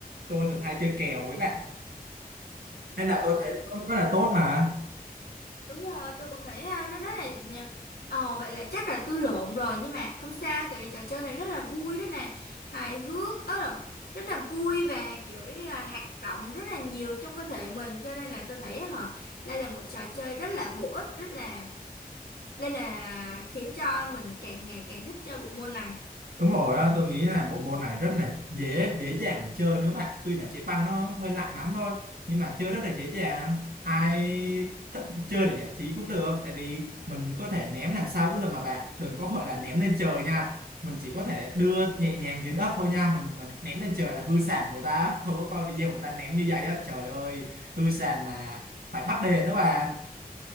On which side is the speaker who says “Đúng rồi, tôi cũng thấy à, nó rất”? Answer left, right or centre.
Left